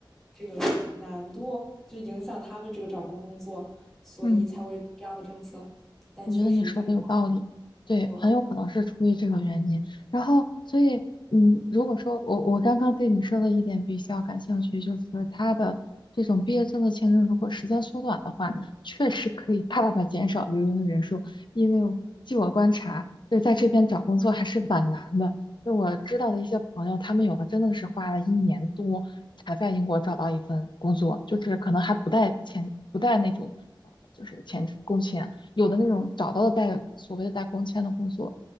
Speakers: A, in the centre; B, on the left.
A: 这个难度，就影响他们这个找工作，所以才会这样的政策。
B: 嗯
A: 但确实对我
B: 我觉得你说的有道理，对，
A: 说，
B: 很有可能是出于这个原因。然后，所以，嗯，如果说我我刚刚对你说的一点比较感兴趣，就是他的这种毕业证的签证，如果时间缩短的话，确实可以大大的减少留英的人数。因为据我观察，就是在这边找工作还是蛮难的。就我知道的一些朋友，他们有的真的是花了一年多才在英国找到一份工作，就是可能还不带签，不带那种，呃就是签证工签。有的那种找到的带所谓的带工签的工作，